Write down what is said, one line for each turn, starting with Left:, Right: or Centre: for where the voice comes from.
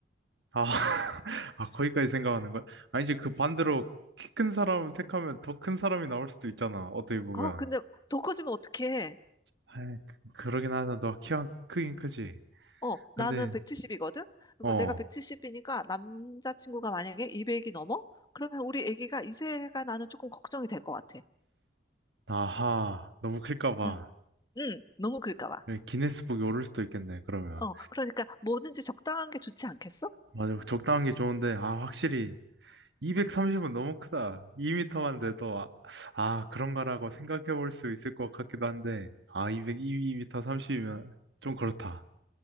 Right: 아, <laughs> 아, 거기까지 생각하는 거야? 아니, 이제 그 반대로 키 큰 사람 택하면 더 큰 사람이 나올 수도 있잖아. 어떻게 보면.
Left: 어, 근데 더 커지면 어떡해.
Right: 아 그러긴 하다. 너 키가 크긴 크지.
Left: 어, 나는
Right: 근데,
Left: 170이거든? 그러니까
Right: 어,
Left: 내가 170이니까 남자친구가 만약에 200이 넘어? 그러면 우리 아기가 이세가 나는 조금 걱정이 될 것 같아.
Right: 아하, 너무 클까 봐.
Left: 응, 응, 너무 클까 봐.
Right: 여기 기네스북에 오를 수도 있겠네, 그러면.
Left: 어, 그러니까 뭐든지 적당한 게 좋지 않겠어?
Right: 맞아, 적당한 게 좋은데, 아, 확실히. 230은 너무 크다. 2m만 돼도, 아, 아, 그런가라고 생각해 볼 수 있을 것 같기도 한데, 아, 200, 2m 30이면 좀 그렇다.